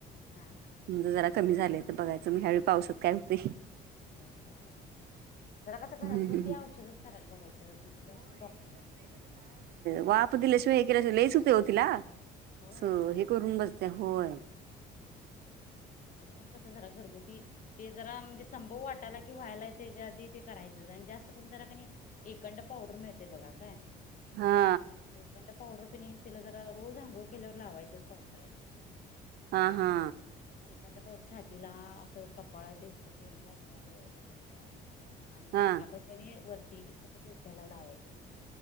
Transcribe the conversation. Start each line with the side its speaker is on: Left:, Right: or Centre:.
Left: हा हा
Right: म्हणजे जरा कमी झालंय आता बघायचं मग ह्यावेळी पावसात काय हूतय.
Left: होय जरा बघायचं. जरा कसं
Right: हम्म
Left: घरातगुरती
Right: हम्म.
Left: औषधच करायला बघाचं म्हणजे जं डॉक्टरां मा
Right: वाप दिल्याशिवय हे केल्याशिव लईच हूतय ओ तिला असं
Left: होय हा
Right: हे
Left: हा
Right: करुन बसत्या होय.
Left: हा. हा. तरी पण कसं जरा घरगुती ते जरा म्हणजे संभव वाटायला कि व्हायला त्याच्या आधी ते करायचं जरा. जास्त करून जरा कणी एकंड पावडर मिळतय बगा काय
Right: हा
Left: एकंड <inaudible> पावडर कनी तिला जरा रोज आंघोळ केल्यावर लावायचंच पावसाळ्यात
Right: आहा.
Left: एकखड बर छातीला असं कपाळाच्या इथ दोन्ही बाजूना डोळ्याच्या कडेच्या. आणि
Right: हा
Left: नाकापशी आणि वरती असं डोक्याला लावायचं.